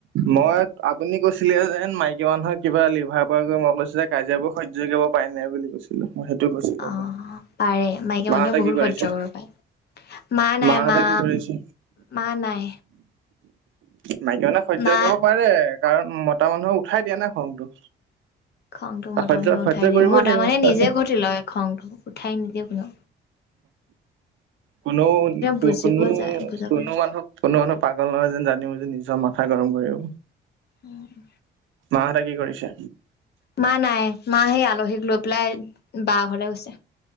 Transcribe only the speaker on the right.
মই, আপুনি কৈছিলে যেন মাইকী মানুহে কিবা লিভাৰ প্ৰব্লেম হৈছে, কাজিয়াবোৰ সহ্য কৰিব পাৰে নে বুলি কৈছিলো। মই সেইটো কৈছিলো।
মাহঁতে
কি কৰিছে?
মাহঁতে
কি কৰিছে?
মাইকী মানে সহ্য
কৰিব পাৰে। কাৰণ মতা মানুহক উঠাই দিয়া না খংটো।
সহ্য
সহ্য
কৰিবই
লাগিব
তাৰপিছত
কোনো কো
কোনো
কোনো
মানুহ কোনো মানুহ পাগল নহয়, যেন জানি বুজি নিজে মাথা গৰম কৰিব
মাহঁতে কি কৰিছে?